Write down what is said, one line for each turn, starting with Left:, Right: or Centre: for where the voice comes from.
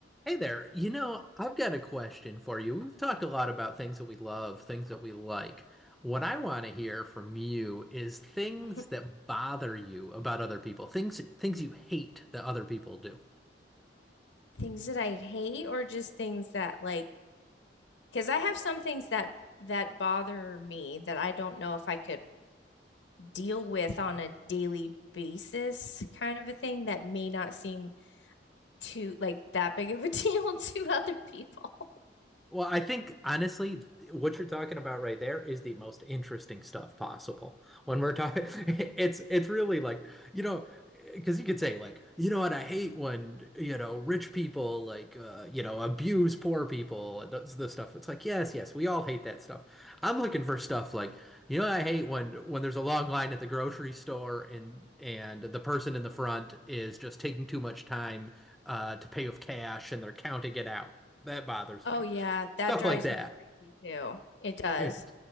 Centre: Hey there. You know, I've got a question for you. We've talked a lot about things that we love, things that we like. What I want to hear from you is things
Left: <laughs>
Centre: that bother you about other people, things things you hate that other people do.
Left: Things that I hate or just things that like, because I have some things that that bother me that I don't know if I could deal with on a daily basis, kind of a thing that may not seem too like that big of a <laughs> deal to other people.
Centre: Well, I think honestly, what you're talking about right there is the most interesting stuff possible. When we're talking, <laughs> it's it's really like, you know, because you could say like, you know what, I hate when, you know, rich people like uh, you know, abuse poor people and that's the stuff. It's like, yes, yes, we all hate that stuff. I'm looking for stuff like, you know, I hate when when there's a long line at the grocery store and and the person in the front is just taking too much time uh to pay with cash and they're counting it out. That bothers
Left: Oh
Centre: me.
Left: yeah, that
Centre: Stuff
Left: drives
Centre: like that.
Left: me crazy too. It does.
Centre: Yeah.